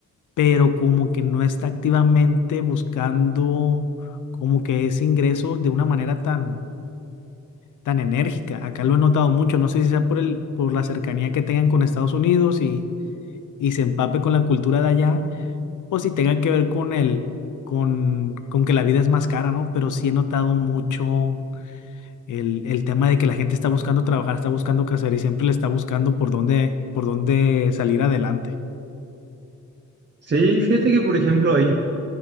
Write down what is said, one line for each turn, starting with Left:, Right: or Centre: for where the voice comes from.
Left: pero como que no está activamente buscando como que ese ingreso de una manera tan, tan enérgica. Acá lo he notado mucho. No sé si sea por el, por la cercanía que tengan con Estados Unidos y, y se empape con la cultura de allá o si tenga que ver con el, con, con que la vida es más cara, ¿no? Pero sí he notado mucho el, el tema de que la gente está buscando trabajar, está buscando qué hacer y siempre le está buscando por dónde, por dónde salir adelante.
Right: Sí, fíjate que, por ejemplo, ahí